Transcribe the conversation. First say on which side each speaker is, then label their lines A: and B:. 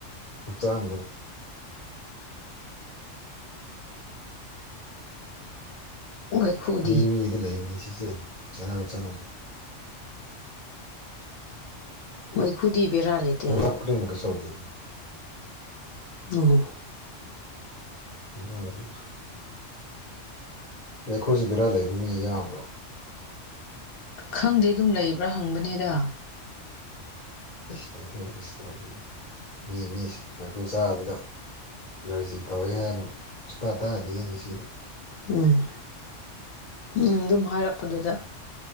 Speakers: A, on the left; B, on the left.
A: ꯈꯠꯇꯝ
B: ꯋꯥꯏꯈꯨꯗꯤ
A: ꯃꯤ ꯃꯤꯗ ꯂꯩꯔꯤꯅꯦ ꯁꯤꯁꯦ ꯆꯅꯕ ꯆꯠꯅꯕ
B: ꯃꯣꯏꯈꯨꯗꯤꯕꯔꯥ ꯂꯩꯇꯦ
A: ꯂꯩꯕꯥꯛꯇꯅ ꯍꯦꯟꯅꯥ ꯀꯩꯁꯨ ꯇꯧꯗꯦꯀꫭ
B: ꯑ
A: UNINTELLIGIBLE ꯑꯩꯈꯣꯏꯁꯨ ꯕꯔꯥ ꯂꯩꯕ ꯃꯤ ꯌꯥꯕ꯭ꯔꯣ
B: ꯈꯪꯗꯦ ꯑꯗꯨꯝ ꯂꯩꯕ꯭ꯔꯥ ꯍꯪꯕꯅꯦꯗ
A: ꯏꯁꯁ ꯃꯥꯏꯀꯨꯗ ꯀꯩꯁꯨ ꯇꯧꯃꯤ ꯃꯤ ꯃꯤ ꯃꯥꯏꯀꯨ ꯆꯥꯕꯗ ꯑꯦꯂꯔꯖꯤ ꯇꯧꯔꯦ ꯍꯥꯏꯕ ꯁꯨꯇꯥꯇꯥꯥꯔꯗꯤ ꯉꯁꯤꯗꫭ
B: ꯎꯝ ꯅꯪ ꯑꯗꯨꯝ ꯍꯥꯏꯔꯛꯄꯗꯨꯗ